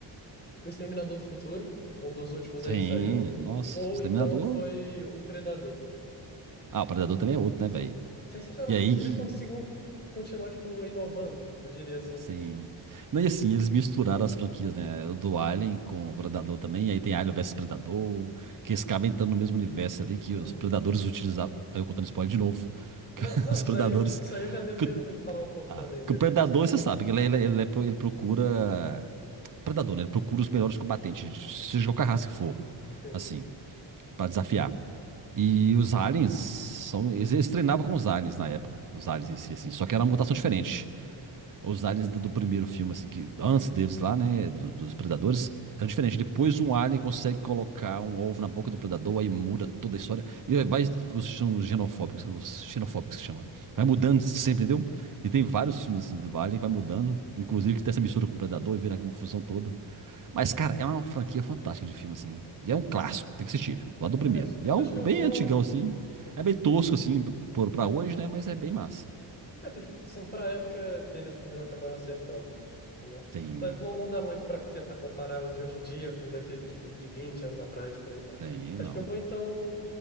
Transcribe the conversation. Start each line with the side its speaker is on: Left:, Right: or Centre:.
Left: o Exterminador do Futuro, um dos últimos aí
Right: sim,
Left: que saiu,
Right: nossa,
Left: ou
Right: Exterminador.
Left: então foi o Predador.
Right: Ah, o Predador também é outro,
Left: Sim,
Right: né, velho?
Left: tipo, sensacional.
Right: E
Left: Tipo,
Right: aí
Left: eles
Right: que.
Left: conseguem continuar, tipo, inovando, eu diria assim.
Right: Sim. Não, e assim, eles misturaram as franquias, né? O do Alien com o Predador também. E aí tem Alien versus Predador, que eles acabam entrando no mesmo universo ali que
Left: Uhum.
Right: os Predadores utilizavam. Aí eu contando spoiler de novo.
Left: Não,
Right: <laughs>
Left: não,
Right: os
Left: isso
Right: Predadores
Left: aí, isso aí eu já devo
Right: que
Left: ter ouvido falar um pouco
Right: Ah,
Left: também, devo
Right: que o predador,
Left: ter visto no...
Right: você sabe, que ele, é, ele, é, ele, é pro- ele procura. Predador, né? Ele procura os melhores combatentes, seja qualquer raça que for,
Left: Sim.
Right: assim, pra desafiar. E os aliens são. Eles, eles treinavam com os aliens na época, os
Left: Uhum.
Right: aliens em si, assim. Só que era uma mutação diferente os aliens do, do primeiro filme, assim, que antes deles lá, né, do- dos predadores, era diferente. Depois um alien consegue colocar um ovo na boca do predador, aí muda toda a história. E aí vai, os são os genofóbicos, os xenofóbicos que chama. Vai mudando sempre, entendeu? E tem vários filmes, assim, do alien que vai mudando,
Left: Não,
Right: inclusive que tem essa mistura com o predador e vira a confusão toda. Mas, cara, é uma franquia fantástica de filme, assim.
Left: não.
Right: E é um clássico, tem que assistir, lá do primeiro.
Left: É isso.
Right: E é
Left: Acho
Right: um
Left: que
Right: bem
Left: eu vou.
Right: antigão, assim. É meio tosco, assim, por- pra hoje, né? Mas é bem massa.
Left: É, então, tipo, assim, pra época deles, eles acabaram acertando, entendeu?
Right: Tem,
Left: Mas não, não dá muito pra tentar comparar o de hoje em dia com o daqui, tipo, de 20 anos atrás, por aí vai.
Right: tem,
Left: Acho
Right: não.
Left: que eu vou, então.